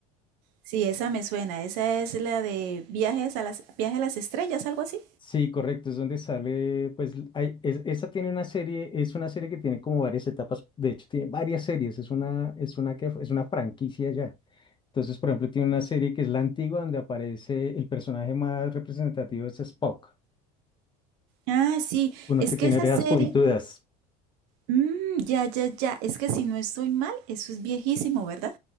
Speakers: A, on the right; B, on the left.
A: sí, esa me suena, esa es la de viajes a las, viaje a las estrellas, algo así.
B: Sí, correcto, es donde sale, pues, hay, es- esa tiene una serie, es una serie que tiene como varias etapas, de hecho tiene varias series, es una, es una que, es una franquicia ya. Entonces, por ejemplo, tiene una serie que es la antigua, donde aparece el personaje más representativo es Spock,
A: Ah, sí,
B: uno
A: es
B: que
A: que
B: tiene
A: esa
B: orejas
A: serie,
B: puntudas.
A: mm, ya, ya, ya, es que si no estoy mal, eso es viejísimo, ¿verdad?